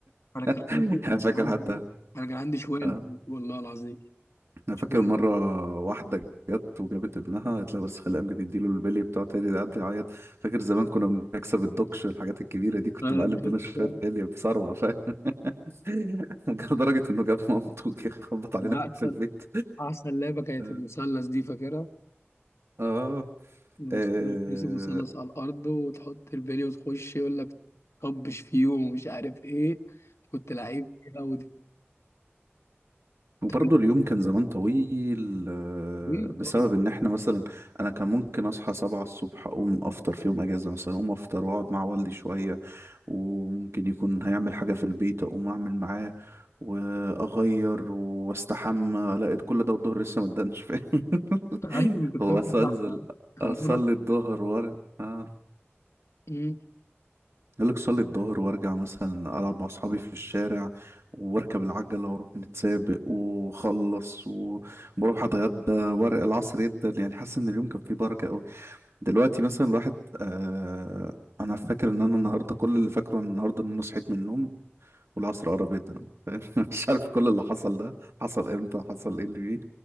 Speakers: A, on the left; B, on the right.
A: انا كان
B: <laughs>
A: عندي انا
B: انا فاكر
A: كان عندي
B: حتى
A: انا كان عندي شويه
B: اه
A: البنج والله العظيم
B: انا
A: شوية
B: فاكر مره واحده جت وجابت ابنها قالت لها بس خلي امجد يديله البيلي بتاعه تاني ده قعد يعيط فاكر زمان كنا بنكسب الدوكش الحاجات الكبيره دي كنت
A: آه،
B: مقلب
A: دوكشة
B: بينا شويه بيلي بثروه فاهم <laughs> لدرجه انه جاب مامته وجه خبط علينا
A: لا، احسن
B: في البيت
A: احسن لعبه كانت
B: اه
A: المثلث دي فاكرها
B: اه
A: المثلث
B: آه،
A: ترسم مثلث على الارض وتحط البلي وتخش يقول لك طبش فيهم ومش عارف ايه كنت لعيب كده ودي
B: وبرضه
A: طب
B: اليوم كان زمان طويل آه،
A: ليه؟
B: بسبب
A: طب ما-
B: ان احنا مثلا انا كان ممكن اصحى سبعة الصبح اقوم افطر في يوم اجازة مثلا اقوم افطر واقعد مع والدي شوية وممكن يكون هيعمل حاجة في البيت اقوم اعمل معاه واغير واستحمى لقيت كل ده والظهر لسه ما ادانش فاهم <laughs>
A: ايوه أنا كنت
B: هو
A: فاهم
B: أصل انزل
A: صح كان
B: اصلي
A: بركه
B: الظهر وارجع
A: أمم.
B: يقول لك صلي الظهر وارجع مثلا العب مع اصحابي في الشارع واركب العجله واروح نتسابق واخلص وبروح اتغدى وارق العصر جدا يعني حاسس ان اليوم كان فيه بركه قوي دلوقتي مثلا الواحد آه انا فاكر ان انا النهارده كل اللي فاكره عن النهارده ان انا صحيت من النوم والعصر قرب جدا أهو، فاهم <laughs> مش عارف كل اللي حصل ده حصل امتى حصل ايه اللي فيه